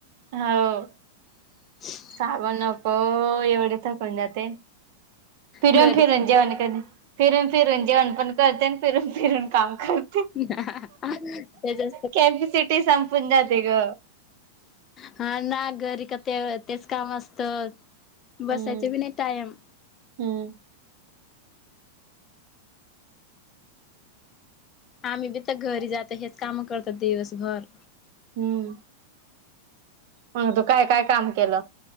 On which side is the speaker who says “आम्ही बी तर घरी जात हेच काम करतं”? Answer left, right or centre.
Left